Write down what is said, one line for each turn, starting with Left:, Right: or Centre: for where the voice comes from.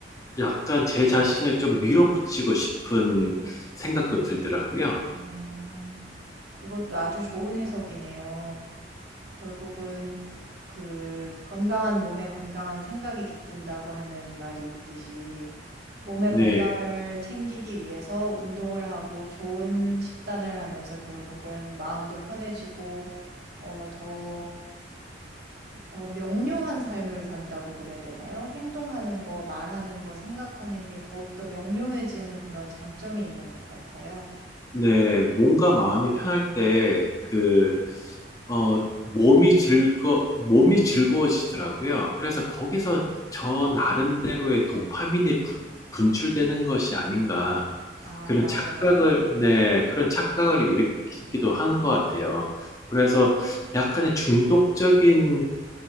Left: 약간 제 자신을 좀 밀어붙이고 싶은 생각도 들더라고요.
Right: 음. 그것도 아주 좋은 해석이네요. 결국은 그 건강한 몸에 건강한 생각이 깃든다고 하는 말이 있듯이 몸의
Left: 네.
Right: 건강을 챙기기 위해서 운동을 하고 좋은 식단을 하면서 결국은 마음도 편해지고 어 더 어 명료한 삶을 산다고 그래야 되나요? 행동하는 거, 말하는 거, 생각하는 게 더욱더 명료해지는 그런 장점이 있는 것 같아요.
Left: 네, 몸과 마음이 편할 때, 그, 어, 몸이 즐거, 몸이 즐거워지더라고요. 그래서 거기서 저 나름대로의 도파민이 부- 분출되는 것이 아닌가.
Right: 아
Left: 그런
Right: 맞아요.
Left: 착각을, 네, 그런 착각을 일으키기도 한 것 같아요. 그래서 약간의 중독적인,